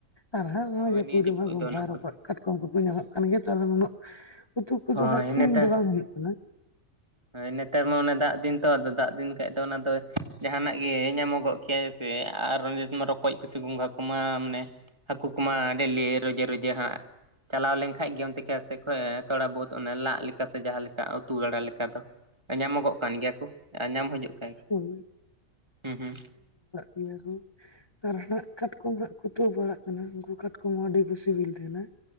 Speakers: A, on the left; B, on the right.
A: ᱟᱨ ᱦᱟᱸᱜ ᱱᱚᱸᱜᱼᱚᱭ
B: ᱦᱳᱭ
A: ᱡᱟᱹᱯᱩᱫ
B: ᱱᱤᱭᱟᱹ
A: ᱨᱮᱫ ᱢᱟ ᱜᱚᱝᱜᱷᱟ
B: ᱫᱚ ᱚᱱᱟ ᱠᱚᱨᱮ
A: ᱨᱚᱠᱚᱡ ᱠᱟᱴ ᱠᱚᱢ ᱠᱚᱠᱚ ᱧᱟᱢᱚᱜ ᱠᱟᱱ ᱜᱮᱭᱟ ᱛᱟᱦᱞᱮ ᱩᱱᱟᱹᱜ ᱩᱛᱩ ᱠᱚᱫᱚ
B: ᱦᱳᱭ
A: ᱦᱟᱸᱜ ᱠᱤᱨᱤᱧ
B: ᱱᱮᱛᱟᱨ
A: ᱫᱚ ᱵᱟᱝ ᱦᱩᱭᱩᱜ ᱠᱟᱱᱟ᱾
B: ᱦᱳᱭ ᱱᱮᱛᱟᱨ ᱢᱟ ᱚᱱᱮ ᱫᱟᱜ ᱫᱤᱱ ᱛᱚ ᱫᱟᱜ ᱫᱤᱱ ᱠᱷᱟᱡ ᱫᱚ ᱚᱱᱟ ᱫᱚ ᱡᱟᱦᱟᱸᱱᱟᱜ ᱜᱮ ᱧᱟᱢᱚᱜᱚᱜ ᱠᱷᱮᱥᱮ ᱟᱨ ᱨᱚᱠᱚᱡ ᱠᱚᱥᱮ ᱜᱚᱝᱜᱷᱟ ᱠᱚᱢᱟ ᱢᱟᱱᱮ ᱦᱟᱹᱠᱩ ᱠᱚᱢᱟ ᱰᱮᱞᱤ ᱨᱚᱡᱮ ᱨᱚᱡᱮ ᱦᱟᱸᱜ ᱪᱟᱞᱟᱣ ᱞᱮᱱᱠᱷᱟᱡ ᱜᱮ ᱚᱱᱛᱮ ᱠᱷᱮᱛ ᱥᱮᱡ ᱠᱷᱚᱡ ᱛᱷᱚᱲᱟ ᱵᱟᱹᱛ ᱚᱱᱮ ᱞᱟᱜ ᱞᱮᱠᱟ ᱥᱮ ᱡᱟᱦᱟᱸ ᱞᱮᱠᱟ ᱩᱛᱩ ᱵᱟᱲᱟ ᱞᱮ ᱠᱟ ᱫᱚ ᱧᱟᱢᱚᱜᱚᱜ ᱠᱟᱱ ᱜᱮᱭᱟ ᱠᱚ ᱧᱟᱢ ᱦᱤᱡᱩᱜ ᱦᱩᱸ
A: ᱦᱳᱭ
B: ᱦᱩᱸ᱾
A: ᱱᱤᱭᱟᱹ ᱠᱩ ᱟᱨ ᱦᱟᱸᱜ ᱠᱟᱴᱠᱚᱢ ᱦᱟᱸᱜ ᱠᱚ ᱩᱛᱩ ᱵᱟᱲᱟᱜ ᱠᱟᱱᱟ ᱩᱱᱠᱩ ᱠᱟᱴᱠᱚᱢ ᱦᱚᱸ ᱟᱹᱰᱤ ᱠᱚ ᱥᱤᱵᱤᱞ ᱛᱟᱦᱮᱸᱱᱟ᱾